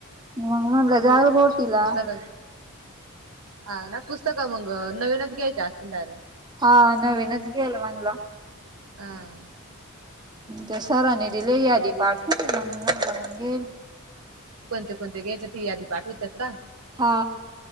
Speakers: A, on the right; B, on the right.
A: मग म्हणलं जाल गोटीला
B: पुस्तक हा ना पुस्तक मग नवीनच घ्यायची असत्याल?
A: हा नवीनच घेईल म्हणलं.
B: हा
A: ते सरांनी दिले यादी पाठवून मग येईल.
B: कोणते कोणते घ्यायचे ती यादी पाठवितात का?
A: हा